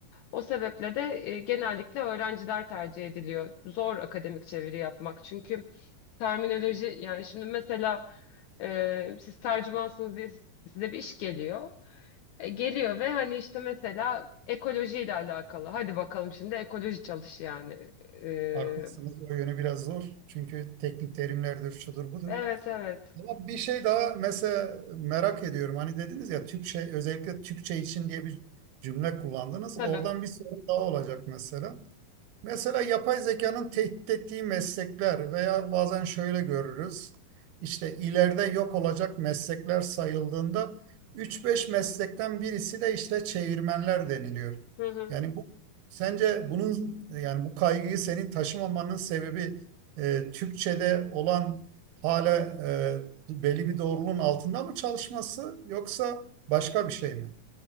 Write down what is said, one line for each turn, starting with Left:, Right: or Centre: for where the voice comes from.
Left: O sebeple de e, genellikle öğrenciler tercih ediliyor. Zor akademik çeviri yapmak. Çünkü terminoloji yani şimdi mesela e, siz tercümansınız diye size bir iş geliyor. E, Geliyor ve hani işte mesela ekolojiyle alakalı. Hadi bakalım şimdi ekoloji çalış yani. Ee,
Right: Haklısınız, o yönü biraz zor. Çünkü teknik terimlerdir, şudur budur.
Left: evet evet.
Right: Ama bir şey daha mesela merak ediyorum. Hani dediniz ya Türkçe özellikle Türkçe için diye bir cümle kullandınız.
Left: Tabii.
Right: Oradan bir sorun daha olacak mesela. Mesela yapay zekanın tehdit ettiği meslekler veya bazen şöyle görürüz. İşte ileride yok olacak meslekler sayıldığında üç beş meslekten birisi de işte çevirmenler deniliyor.
Left: Hı hı.
Right: Yani bu sence bunun yani bu kaygıyı senin taşımamanın sebebi e, Türkçe'de olan hala e, belli bir doğruluğun altında mı çalışması yoksa başka bir şey mi?